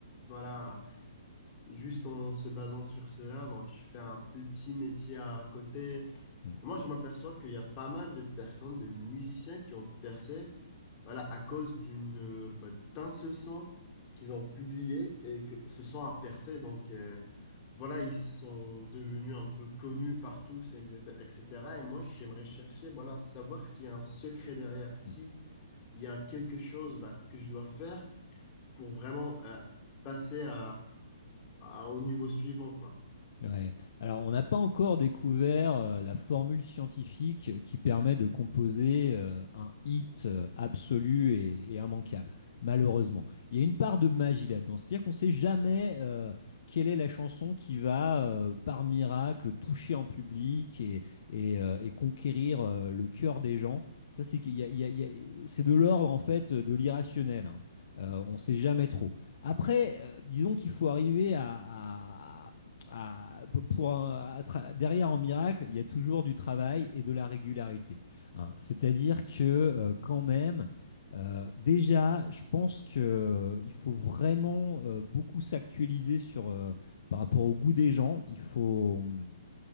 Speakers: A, on the left; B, on the left.
A: Voilà, juste en se basant sur cela. Donc, tu fais un petit métier à côté.
B: Mm.
A: Moi, je m'aperçois qu'il y a pas mal de personnes, de musiciens qui ont percé, voilà, à cause d'une, euh, bah, d'un seul son qu'ils ont publié et que ce son a percé. Donc, euh, voilà, ils sont devenus un peu connus par tous, etc. etc. Et cetera. Et moi, j'aimerais chercher, voilà, savoir s'il y a un secret derrière, si
B: Mm.
A: il y a quelque chose, bah, que je dois faire pour vraiment, euh, passer à, à- au niveau suivant, quoi.
B: Ouais. Alors, on n'a pas encore découvert euh, la formule scientifique qui permet de composer euh, un hit euh, absolu et, et immanquable, malheureusement. Il y a une part de magie là-dedans, c'est-à-dire qu'on ne sait jamais euh, quelle est la chanson qui va, euh, par miracle, toucher en public et, et, euh, et conquérir euh, le cœur des gens. Ça, c'est qu'il y a- il y a- il y a- c'est de l'ordre, en fait, de l'irrationnel. hein. Euh, on ne sait jamais trop. Après, euh, disons qu'il faut arriver à, à- à, pour un, à derrière en miracle, il y a toujours du travail et de la régularité. Hein. C'est-à-dire que euh, quand même, euh, déjà, je pense qu'il faut vraiment euh, beaucoup s'actualiser sur, euh, par rapport au goût des gens. Il faut, hum,